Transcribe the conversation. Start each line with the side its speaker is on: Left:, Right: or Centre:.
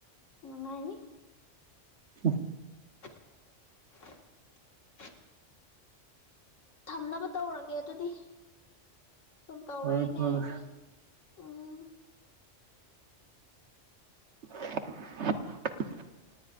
Left: ꯅꯨꯉꯥꯏꯅꯤ
Right: ꯍ
Left: <inaudible> ꯊꯝꯅꯕ ꯇꯧꯔꯒꯦ ꯑꯗꯨꯗꯤ ꯁꯨꯝ ꯇꯧꯔꯦꯏꯅꯦ
Right: ꯐꯔꯦ ꯐꯔꯦ
Left: ꯑꯩꯁꯦ ꯎꯝ
Right: <inaudible>